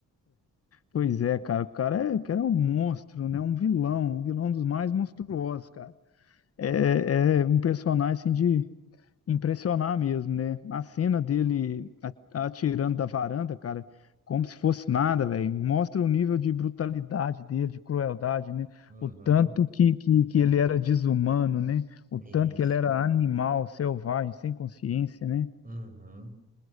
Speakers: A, on the left; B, on the right.
A: Pois é, cara, o cara é, o cara é um monstro, né? Um vilão, um vilão dos mais monstruosos, cara. É, é um personagem assim, de, impressionar mesmo, né? A cena dele a- atirando da varanda, cara, como se fosse nada, velho. Mostra o nível de brutalidade dele, de crueldade, né?
B: Uhum,
A: O tanto que, que, que ele era desumano, né? O
B: Isso.
A: tanto que ele era animal, selvagem, sem consciência, né?
B: uhum.